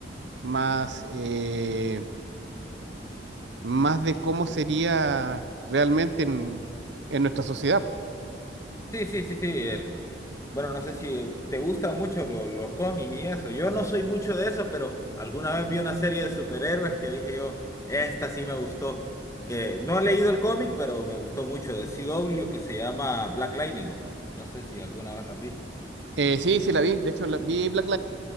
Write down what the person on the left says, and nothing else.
Sí, sí, sí, sí. el- bueno, no sé si te gustan mucho lo- los cómics y eso. Yo no soy mucho de eso, pero alguna vez vi una serie de superhéroes que dije yo, esta sí me gustó. Que no he leído el cómic, pero me gustó mucho de CW que se llama Black Lightning. No sé si alguna vez lo has visto.